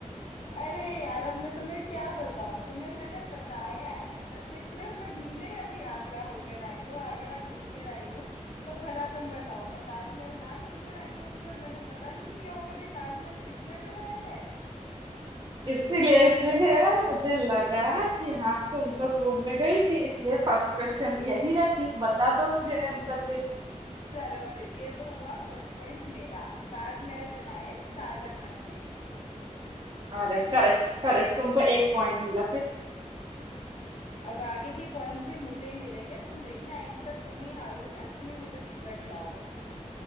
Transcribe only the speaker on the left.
अरे यार अब मैं तुम्हें क्या बताऊं तुम्हें मैंने बताया है मैं पिछले महीने अभी आगरा होकर आई हूँ आगरा घूम कर आई हूँ तो भला तुम बताओ मैं ताजमहल ना घूम कर आई होंगी और मैंने पता नहीं किया होगा कि ताजमहल किसने बनाया है
चलो फिर ये तो हुआ फर्स्ट पॉइंट मेरा ताजमहल बनाया शाहजहां ने
अब आगे की पॉइंट्स भी मुझे ही मिलेंगे तुम देखना एंड तक तुम ही हारोगे और तुम ही मुझे पिज्जा खिलाओगे